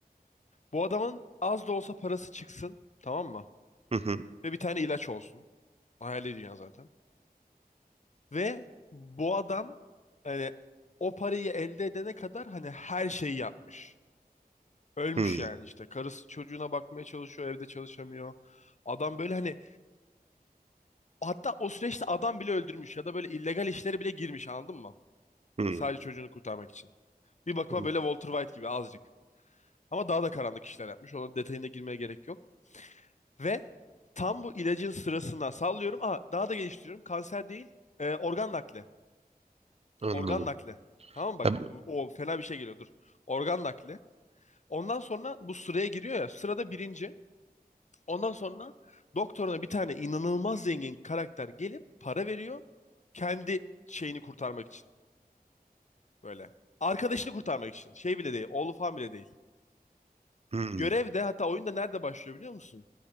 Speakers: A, on the left (about 50°); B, on the right (about 40°).
A: bu adamın az da olsa parası çıksın. Tamam mı?
B: Hı hı.
A: Ve bir tane ilaç olsun. Hayali dünya zaten. Ve bu adam hani o parayı elde edene kadar hani her şeyi yapmış. Ölmüş
B: Hı
A: yani işte. Karısı çocuğuna bakmaya çalışıyor, evde çalışamıyor. Adam böyle hani hatta o süreçte adam bile öldürmüş ya da böyle illegal işlere bile girmiş anladın mı?
B: hı.
A: Sadece çocuğunu kurtarmak için. Bir bakıma
B: hı,
A: böyle Walter White gibi azıcık. Ama daha da karanlık işler yapmış. Onun detayına girmeye gerek yok. Ve tam bu ilacın sırasına sallıyorum. Aa, daha da geliştiriyorum. Kanser değil, e, organ nakli.
B: Anladım.
A: Organ nakli. Tamam mı? bak
B: Ya, bu-
A: o o fena bir şey geliyor dur. Organ nakli. Ondan sonra bu sıraya giriyor ya sırada birinci. Ondan sonra doktoruna bir tane inanılmaz zengin karakter gelip para veriyor. Kendi şeyini kurtarmak için böyle. Arkadaşını kurtarmak için. Şey bile değil. Oğlu falan bile değil.
B: hı.
A: Görev de hatta oyunda nerede başlıyor biliyor musun?